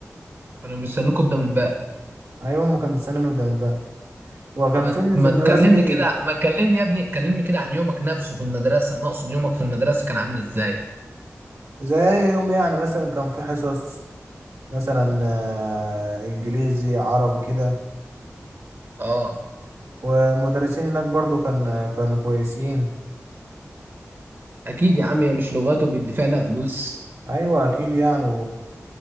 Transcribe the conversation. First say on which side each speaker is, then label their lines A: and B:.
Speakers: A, on the right (about 45°); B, on the right (about 85°).
A: كانوا بيستنوك قدام الباب
B: ايوه امي كانت مستناني قدام الباب وكان
A: ما
B: في
A: ما
B: في المدرسه
A: تكلمني
B: دي
A: كده ما تكلمني يا ابني كلمني كده عن يومك نفسه في المدرسة انا اقصد يومك في المدرسة كان عامل ازاي
B: زي اي يوم يعني مثلا كان في حصص مثلا آه، انجليزي عربي كده
A: اه
B: والمدرسين هناك برضو كان كانوا كويسين
A: اكيد يا عم هي مش لغاته بيدفع لها فلوس
B: ايوه اكيد يعني